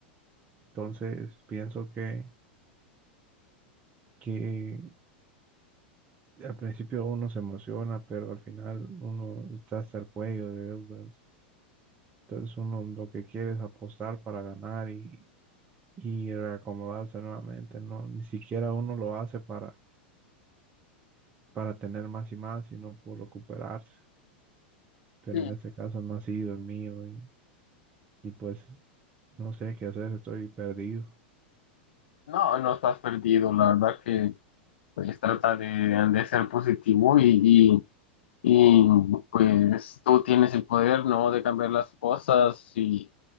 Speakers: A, on the right (about 30°); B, on the left (about 80°).
A: Entonces, pienso que, que al principio uno se emociona, pero al final uno está hasta el cuello de deudas. Entonces, uno lo que quiere es apostar para ganar y, y reacomodarse nuevamente, ¿no? Ni siquiera uno lo hace para, para tener más y más, sino por recuperarse. Pero
B: Sí.
A: en este caso no ha sido el mío y, y pues no sé qué hacer, estoy perdido.
B: No, no estás perdido, la verdad que pues trata de, de ser positivo y, Y pues tú tienes el poder, ¿no? De cambiar las cosas si,